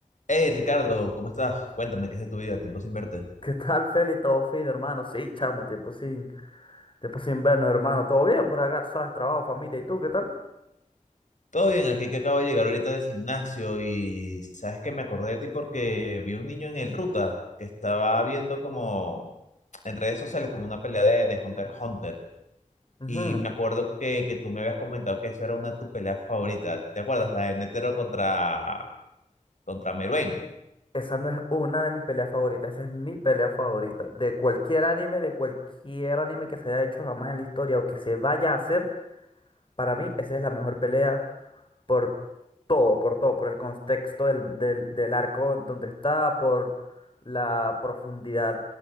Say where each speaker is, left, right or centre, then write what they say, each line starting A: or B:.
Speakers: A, on the left; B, on the left.
A: Hey Ricardo, ¿cómo estás? Cuéntame, ¿qué es de tu vida? Tiempo sin verte.
B: ¿Qué tal, Feli? ¿Todo fino, hermano? Sí, chamo, tiempo sin, tiempo sin vernos, hermano. ¿Todo bien por acá? Tú sabes, trabajo, familia. ¿Y tú, qué tal?
A: Todo bien, aquí que acabo de llegar ahorita del gimnasio y sabes que me acordé de ti porque vi un niño en el Ruta que estaba viendo como en redes sociales como una pelea de, de Hunter x Hunter.
B: Ujú.
A: Y me acuerdo que, que tú me habías comentado que esa era una de tus peleas favoritas. ¿Te acuerdas? La de Netero contra, contra Meruem.
B: Esa no es una de mis peleas favoritas, esa es mi pelea favorita. De cualquier anime, de cualquier anime que se haya hecho jamás en la historia o que se vaya a hacer, para mí esa es la mejor pelea por todo, por todo, por el contexto del, del, del arco donde está, por la profundidad